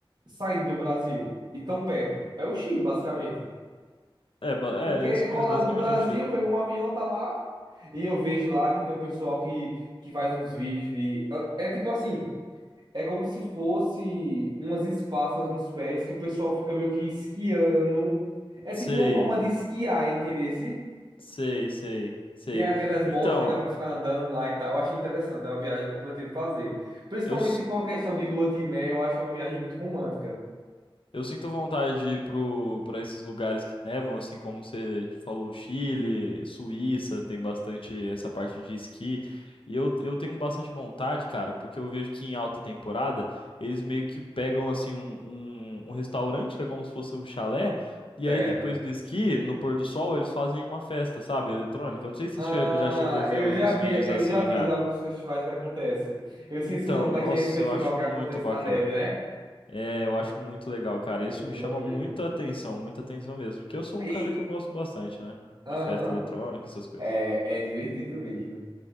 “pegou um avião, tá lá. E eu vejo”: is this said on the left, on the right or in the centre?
Right